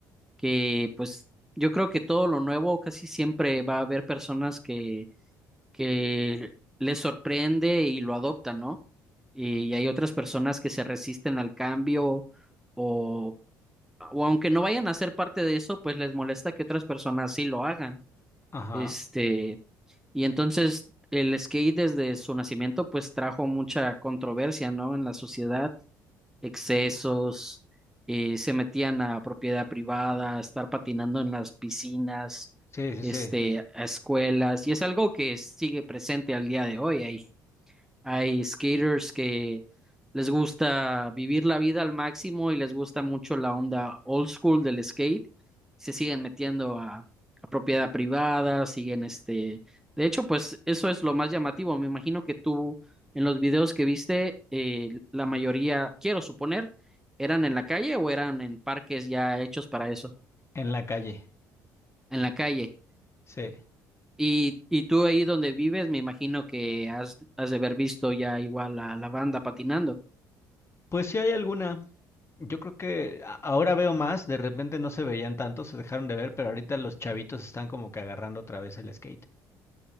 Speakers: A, in the centre; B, on the left (about 25°).
A: que pues yo creo que todo lo nuevo casi siempre va a haber personas que que les sorprende y lo adoptan, ¿no? Y, y hay otras personas que se resisten al cambio o, o aunque no vayan a ser parte de eso, pues les molesta que otras personas sí lo hagan.
B: Ajá,
A: Este, y entonces el skate desde su nacimiento pues trajo mucha controversia, ¿no? En la sociedad excesos, eh, se metían a propiedad privada, a estar patinando en las piscinas,
B: sí, sí,
A: este,
B: sí,
A: a escuelas, y es algo que sigue presente al día de hoy. Hay hay skaters que les gusta vivir la vida al máximo y les gusta mucho la onda old school del skate. Se siguen metiendo a, a propiedad privada, siguen este... De hecho, pues eso es lo más llamativo. Me imagino que tú en los videos que viste, eh, la mayoría, quiero suponer, eran en la calle o eran en parques ya hechos para eso,
B: en la calle,
A: en la calle.
B: sí.
A: Y, y tú ahí donde vives, me imagino que has, has de haber visto ya igual a la banda patinando.
B: Pues si hay alguna, yo creo que a- ahora veo más, de repente no se veían tanto, se dejaron de ver, pero ahorita los chavitos están como que agarrando otra vez el skate.